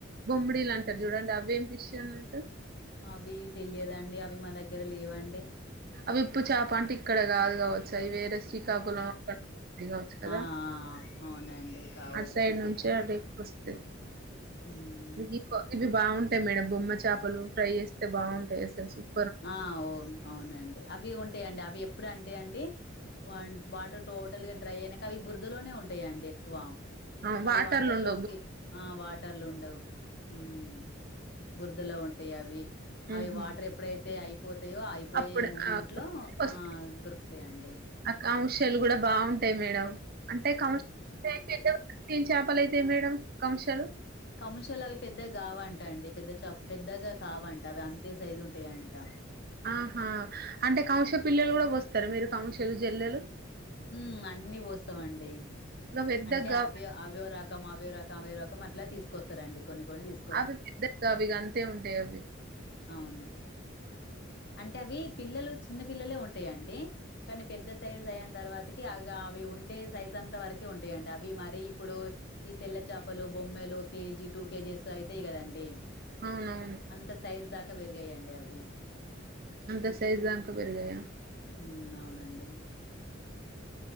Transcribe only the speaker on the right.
బొమ్బడీలు అంటారు చూడండి అవి ఏం ఫిష్ అన్నట్టు
అవి ఉప్పు చాప అంటే ఇక్కడ గాదు కావచ్చు. అవి వేరే శ్రీకాకుళం అక్కడ అది కావచ్చు కదా?
అటు సైడ్ నుంచి అటెక్కోస్తాయ్.
ఇవి కో ఇవి బాగుంటాయి మేడం బొమ్మ చాపలు ఫ్రై చేస్తే బాగుంటాయి అస్సల్ సుప్
ఆ
వాటర్లు
ఉండవు
ఉహు
అప్పుడు
ఆ
వస్తాయి.
ఆ కౌంషలు గూడా బాగుంటాయి మేడం అంటే కౌ <unintelligible> ఏం చేపలైతాయి మేడం కౌంశలు
ఆహా అంటే కౌంశ పిల్లలు గూడ బొస్తర మీరు కౌంశలు జేల్లెలు
ఇక పెద్దగా
అవి పెద్దగావిగా అంతే ఉంటాయ్ అవి
అవునవును
అంత సైజ్ దంకా పెరగయా